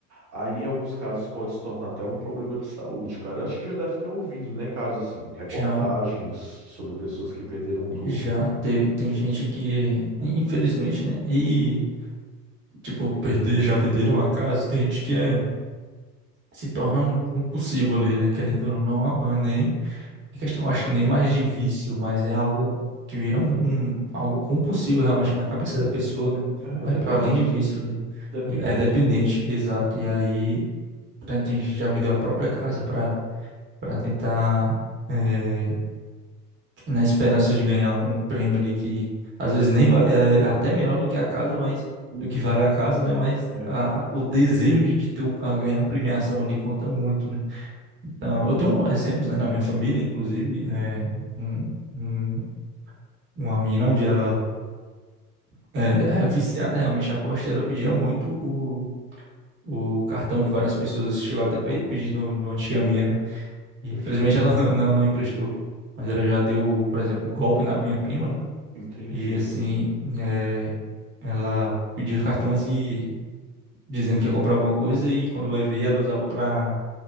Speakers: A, on the right; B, on the right.
A: aí em alguns casos pode se tornar até um problema de saúde, cara. Eu acho que já deve ter ouvido, né? Casos assim, reportagens
B: Já...
A: sobre pessoas que perderam tudo.
B: Já teve, tem gente que, infelizmente, né? E tipo, perder, já venderam a casa, tem gente que é, se torna um compulsivo ali, né? Querendo ou não, não é nem é questão, eu acho, nem mais de vício, mas é algo que vira um, um- algo compulsivo realmente na cabeça da pessoa, né?
A: É
B: Vai
A: dependente.
B: para além de vício ali.
A: Dependente.
B: E é dependente, exato. E aí, pra- tem gente que já vendeu a própria casa para para tentar eh, na esperança de ganhar um, um prêmio ali que às vezes nem vale, é é até menor do que a casa, mas
A: Uhum.
B: do que vale a casa, né? Mas
A: É.
B: a, a- o desejo de, de ter o- a ganhar a premiação ali conta muito, né? Então, eu tenho um, exemplos, né, na minha família, inclusive,
A: Uhum.
B: é, um, um, uma menina onde ela é, é viciada realmente em aposta, e ela pedia muito o. O cartão de várias pessoas chegou até pe-
A: Nossa.
B: pedir no- de uma tia minha, né? E
A: Entendi.
B: infelizmente ela <laughs> não, não emprestou. Mas ela já deu, por exemplo, o golpe na minha prima, né?
A: Entendi.
B: E assim, eh, ela pedia os cartões e dizendo que ia comprar alguma coisa e quando vai ver ela usava para